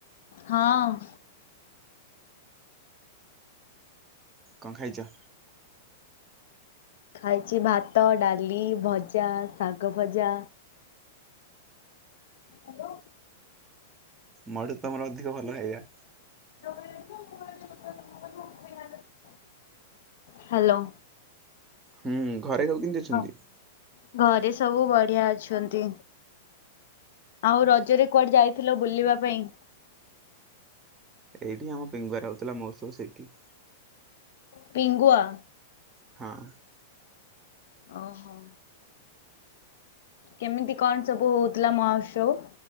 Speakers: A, on the left; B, on the right.
A: ହଁ।
B: କଁ ଖାଇଚ?
A: ଖାଇଛି ଭାତ, ଡାଲି, ଭଜା, ଶାଗ ଭଜା ହ୍ୟାଲୋ।
B: ମୋଠୁ ତମର ଅଧିକ ଭଲ ହାଇଆ।
A: <inaudible> ହ୍ୟାଲୋ।
B: ହୁଁ ହୁଁ, ଘରେ ସବୁ କେମିତି ଅଛନ୍ତି?
A: ହଁ ଘରେ ସବୁ ବଢିଆ ଅଛନ୍ତି। ଆଉ ରଜରେ କୁଆଡେ ଯାଇଥିଲ ବୁଲିବା ପାଇଁ?
B: ଏଇଠି ଆମ ପିଙ୍ଗୁଆରେ ହଉଥିଲା ମହୋତ୍ସବ ସେଇଠି।
A: ପିଙ୍ଗୁଆ?
B: ହଁ।
A: ଓହୋ। କେମିତି କଣ ସବୁ ହଉଥିଲା ମହୋତ୍ସବ,